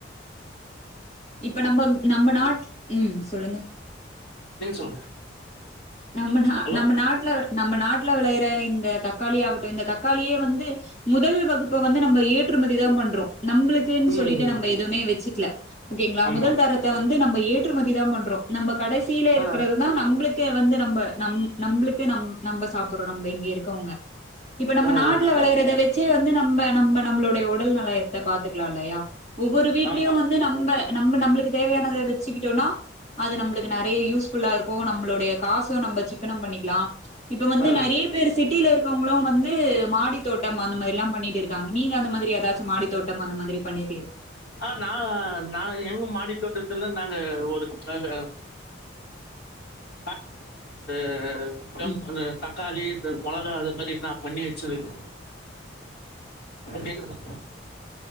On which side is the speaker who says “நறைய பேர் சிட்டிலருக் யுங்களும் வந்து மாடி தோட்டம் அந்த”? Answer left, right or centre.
Left